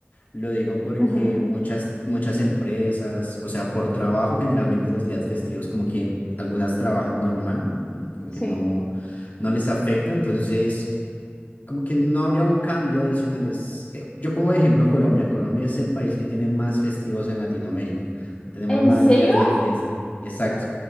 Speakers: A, on the left; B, on the left.
A: Lo digo porque
B: Ujú,
A: muchas, muchas empresas, o sea, por trabajo generalmente los días festivos como que algunas trabajan normal, mm, como
B: sí.
A: que no, no les afecta. Entonces... como que no habría un cambio adicional. Es, eh, yo pongo de ejemplo Colombia. Colombia es el país que tiene más festivos en Latinoamérica. O sea, tenemos
B: ¿En
A: más
B: serio?
A: días de fiesta. Exacto.